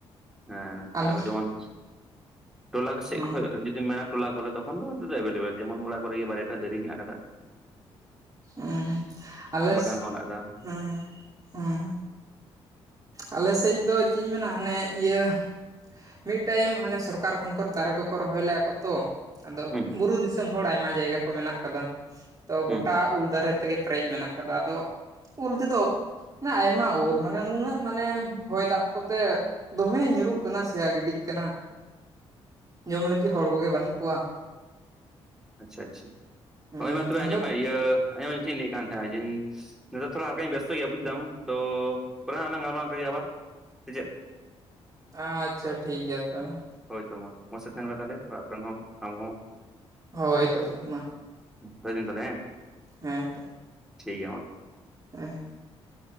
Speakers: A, in the centre; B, on the right.
A: ᱦᱮᱸ᱾
B: ᱟᱞᱮ
A: ᱚᱱ <unintelligible> ᱴᱚᱞᱟᱨ ᱥᱮᱡ
B: ᱦᱮᱸ
A: ᱠᱷᱚᱱᱼᱼ ᱡᱚᱫᱤ ᱢᱮᱱᱟ ᱴᱚᱞᱟ ᱠᱚᱨᱮ ᱛᱚᱠᱷᱚᱱ ᱫᱚ ᱮᱵᱮᱞᱮᱵᱮᱞ ᱡᱮᱢᱚᱱ ᱚᱲᱟᱜ ᱠᱚᱨᱮᱜᱮ ᱵᱟᱨᱮᱭᱟ ᱯᱮᱭᱟ ᱫᱟᱨᱮ ᱦᱮᱱᱟᱜ ᱠᱟᱫᱟ ᱾
B: ᱦᱩᱸᱟᱞᱮ
A: ᱵᱟᱜᱟᱱ
B: ᱥᱮ
A: ᱦᱚᱸ ᱢᱮᱱᱟᱜ ᱟᱠᱟᱫᱟ
B: ᱦᱩᱸ ᱦᱩᱸ ᱟᱞᱮ ᱥᱮᱫ ᱫᱚ ᱪᱮᱫ ᱤᱧ ᱢᱮᱱᱟ ᱦᱟᱱᱮ ᱤᱭᱟᱹᱼᱼ ᱢᱤᱫ ᱴᱟᱭᱤᱢ ᱦᱟᱱᱮ ᱥᱚᱨᱠᱟᱨ ᱠᱷᱚᱱ ᱠᱚ ᱫᱟᱨᱮ ᱠᱚᱠᱚ ᱨᱚᱦᱚᱭ ᱞᱮᱫᱼᱟ ᱠᱚ ᱛᱚ ᱾ ᱟᱫᱚ
A: ᱦᱩᱸ
B: ᱵᱩᱨᱩ ᱫᱤᱥᱚᱢ ᱦᱚᱲ ᱟᱭᱢᱟ ᱡᱟᱭᱜᱟ ᱠᱚ ᱢᱮᱱᱟᱜ ᱠᱟᱫᱟ ᱾ ᱛᱚ
A: ᱦᱩᱸ
B: ᱜᱚᱴᱟ ᱩᱞ ᱫᱟᱨᱮ ᱛᱮᱜᱮ ᱯᱮᱨᱮᱡ ᱢᱮᱱᱟᱜᱼᱼ ᱠᱟᱫᱟ ᱟᱫᱚ ᱩᱞ ᱛᱮᱫᱚ ᱟᱭᱢᱟ ᱩᱞ ᱢᱟᱱᱮ ᱱᱩᱱᱟᱹᱜᱼᱼ ᱢᱟᱱᱮ ᱦᱚᱭ ᱫᱟᱜ ᱠᱚᱛᱮ ᱫᱚᱢᱮ ᱧᱩᱨᱩᱜ ᱠᱟᱱᱟ ᱥᱮᱭᱟ ᱜᱤᱰᱤᱜ ᱠᱟᱱᱟ ᱾ ᱡᱚᱢ ᱞᱟᱹᱜᱤᱫ ᱦᱚᱲ ᱠᱚᱜᱮ ᱵᱟᱹᱱᱩᱜ ᱠᱚᱣᱟ᱾
A: ᱟᱪᱷᱟ ᱟᱪᱷᱟ
B: ᱦᱩᱸ
A: ᱦᱳᱭ ᱢᱟ ᱛᱚᱵᱮ ᱟᱸᱡᱚᱢ ᱢᱮ, ᱤᱭᱟᱹ ᱟᱸᱚᱢ ᱢᱮ ᱪᱮᱫ ᱤᱧ ᱞᱟᱹᱭᱮᱫ ᱠᱟᱱ ᱛᱟᱦᱮᱸᱱᱟᱧ ᱱᱤᱛᱟᱨ ᱛᱷᱚᱲᱟᱠᱟᱧ ᱵᱮᱥᱛᱚ ᱜᱮᱭᱟ ᱵᱩᱡ ᱮᱫᱟᱢ, ᱛᱚ ᱯᱚᱨᱮᱟᱸ ᱞᱟᱝ ᱜᱟᱞᱢᱟᱣᱟᱜ ᱜᱮᱭᱟ ᱟᱵᱟᱨ ᱥᱮ ᱪᱮᱫ᱾
B: ᱟᱪᱷᱟ ᱴᱷᱤᱠ ᱜᱮᱭᱟ ᱛᱚᱵᱮ ᱢᱟ᱾
A: ᱦᱳᱭᱛᱳ ᱢᱟ ᱢᱚᱡᱽ ᱛᱮ ᱛᱟᱦᱮᱱ ᱢᱮ ᱛᱟᱦᱞᱮ ᱵᱟᱯ ᱦᱚᱸ ᱟᱢ ᱦᱚᱸ᱾
B: ᱦᱳᱭ ᱛᱚ ᱛᱚᱵᱮ ᱢᱟ᱾
A: ᱦᱸ ᱫᱟᱹᱭ ᱫᱤᱱ ᱛᱟᱞᱮ ᱮᱸ?
B: ᱦᱮᱸ ᱛᱚ
A: ᱴᱷᱤᱠ ᱜᱮᱭᱟ ᱢᱟ᱾
B: ᱦᱮᱸ